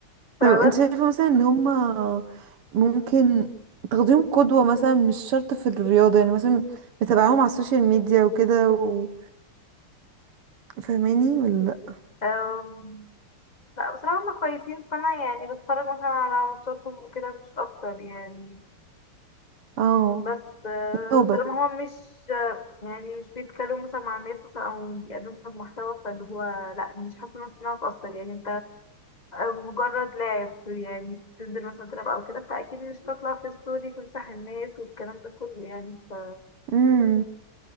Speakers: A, on the right; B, on the left.
A: طب
B: فبس
A: انت شايفة مثلا ان هما ممكن تاخديهم قدوة مثلا مش شرط في الرياضة يعني مثلا متابعاهم على السوشيال ميديا وكده و... فاهماني ولا لأ؟
B: آم، لا بصراحة هما كويسين فأنا يعني بتفرج مثلا على ماتشاتهم وكده مش أكتر يعني م،
A: اه
B: بس آه،
A: توبة
B: طالما هما مش آه، يعني مش بيتكلموا مثلا مع الناس مثلا أو بيقدموا مثلا محتوى فاللي هو لا مش حاسة نفسي إنها هتأثر يعني مجرد لعب يعني بتنزل مثلا تلعب او كده فاكيد مش هتطلع في ستوري تمسح الناس والكلام ده كله يعني ف
A: امم